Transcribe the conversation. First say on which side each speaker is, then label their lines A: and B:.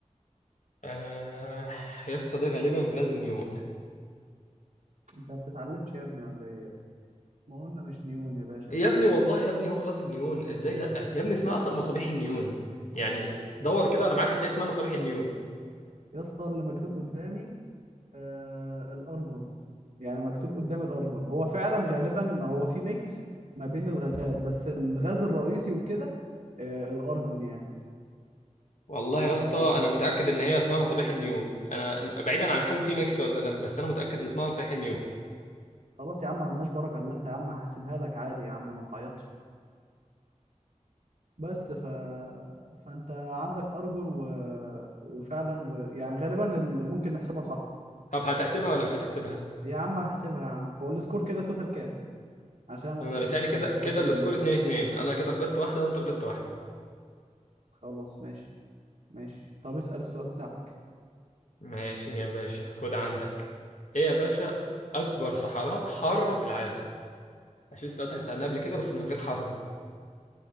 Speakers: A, on the left; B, on the right.
A: آه... يا اسطى ده غالبا غاز النيون
B: انت ما بتتعلمش يا ابني ولا ايه يا ابني؟ ما قلنا مش نيون يا باشا
A: يا
B: قبل
A: ابني
B: كده
A: والله يا ابني هو غاز النيون ازاي لا يا ابني اسمها اصلا مصابيح النيون يعني دور كده انا معاك هتلاقي اسمها مصابيح النيون
B: يا اسطى اللي مكتوب قدامي آه الأرجون يعني مكتوب قدامي الأرجون هو فعلا غالبا هو في ميكس ما بين الغازات بس الغاز الرئيسي وكده آه الأرجون يعني
A: والله
B: ف
A: يا اسطى انا متاكد ان هي اسمها مصابيح النيون انا بعيدا عن كون في ميكس ولا لا بس انا متاكد ان اسمها مصابيح النيون
B: خلاص يا عم ملناش بركه الا انت يا عم هحسبها لك عادي يا عم ما تعيطش بس ف... فانت عندك ارجون و... وفعلا و... يعني غالبا ال... ممكن نحسبها صح
A: طب هتحسبها ولا مش هتحسبها
B: يا عم هحسبها يا عم هو السكور كده توتال كام عشان ما
A: انا
B: كنتش
A: بيتهيألي كده
B: حاسبها
A: كده السكور
B: من دلوقتي
A: 2 2 انا كده غلطت واحده وانت غلطت واحده
B: خلاص ماشي ماشي طب اسأل السؤال بتاعك
A: ماشي يا باشا خد عندك ايه يا باشا اكبر صحراء حاره في العالم عشان السؤال ده سالناه قبل كده بس من غير حاره